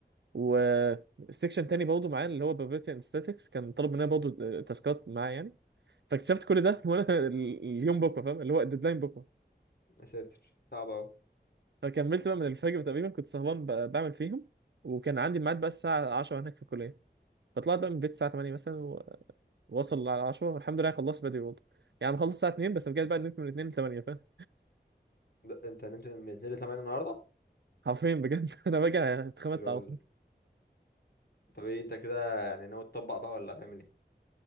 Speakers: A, on the right; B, on the left.
A: وسيكشن تاني برضه معاه اللي هو بروبابيلتي اند ستاتكس كان طلب مننا برضه آه، تاسكات معاه يعني فاكتشفت كل ده وانا <laughs> ال- اليوم بكره فاهم اللي هو الديدلاين بكره
B: يا ساتر صعب قوي
A: فكملت بقى من الفجر تقريبا كنت سهران ب- بعمل فيهم وكان عندي ميعاد بقى الساعه 10 هناك في الكليه فطلعت بقى من البيت الساعه 8 مثلا و- ووصل على 10 والحمد لله خلصت بدري برضه يعني خلصت الساعه 2 بس رجعت بقى نمت من 2 ل 8 فاهم
B: انت نمت من 2 ل 8 النهارده
A: حرفيا بجد <laughs> انا راجع اتخمدت
B: لول
A: على طول
B: طب ايه انت كده يعني ناوي تطبق بقى ولا هتعمل ايه